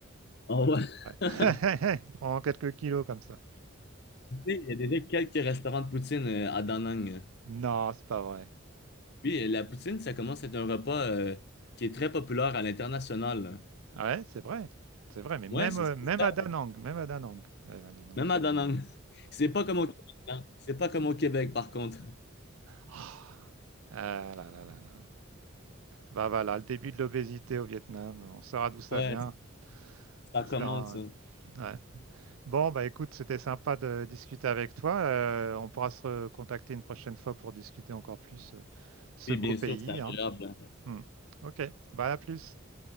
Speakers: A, on the left; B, on the right.
A: Oh, ouais.
B: Ouais.
A: <laughs>
B: <laughs> Prends quelques kilos comme ça.
A: Tu sais, Il y a déjà quelques restaurants de poutine euh, à Da Nang.
B: Non, c'est pas vrai.
A: Oui, euh, la poutine, ça commence à être un repas euh, qui est très populaire à l'international.
B: Ah Ouais, c'est vrai. C'est vrai, mais même,
A: Ouais, c'est
B: euh, même
A: c'est ça.
B: à Danang, même à Danang. Eh ben, dis donc.
A: Même à Da Nang. <laughs> C'est pas comme au Québec, hein. C'est pas comme au Québec, par contre.
B: Ah ah là là là là. Bah voilà, le début de l'obésité au Vietnam. On saura d'où ça
A: Ouais,
B: vient.
A: ça
B: On
A: commence.
B: sera un...
A: hein.
B: ouais. Bon, bah écoute, c'était sympa de discuter avec toi. Euh, on pourra se contacter une prochaine fois pour discuter encore plus euh, de ce
A: Puis
B: beau
A: bien
B: pays,
A: sûr, c'est agréable.
B: hein.
A: hein.
B: Hmm. Ok, bah à plus.